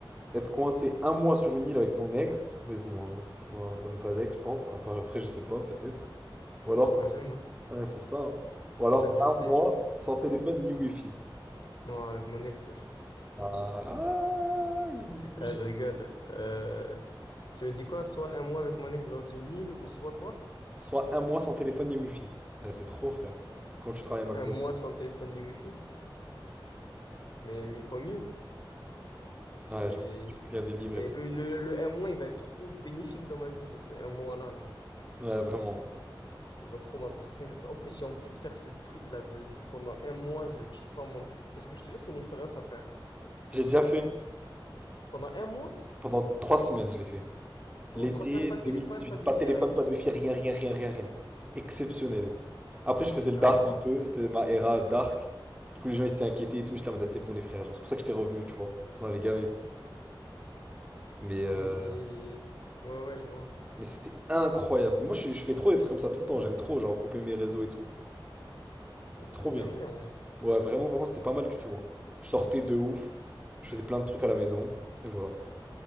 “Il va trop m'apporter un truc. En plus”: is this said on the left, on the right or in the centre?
Left